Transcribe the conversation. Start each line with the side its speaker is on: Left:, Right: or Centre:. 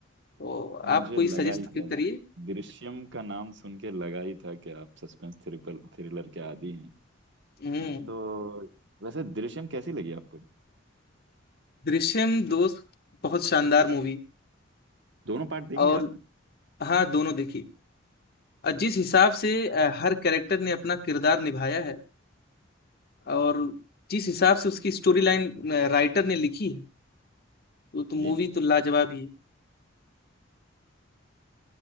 Left: तो
Right: मुझे
Left: आप कोई
Right: लगा
Left: सजेस्ट
Right: ही था
Left: करिए
Right: दृश्यम का नाम सुन के लगा ही था कि आप सस्पेंस थ्रिपल थ्रिलर के आदी हैं
Left: हम्म
Right: तो वैसे दृश्यम कैसी लगी आपको
Left: दृश्यम दोस्त बहुत शानदार मूवी
Right: दोनों पार्ट देख
Left: और
Right: लिया आपने
Left: हाँ दोनों देखी और जिस हिसाब से अ, हर कैरेक्टर ने अपना किरदार निभाया है और जिस हिसाब से उसकी स्टोरी लाइन राइटर ने लिखी है तो, तो मूवी
Right: जी जी
Left: तो लाजवाब ही है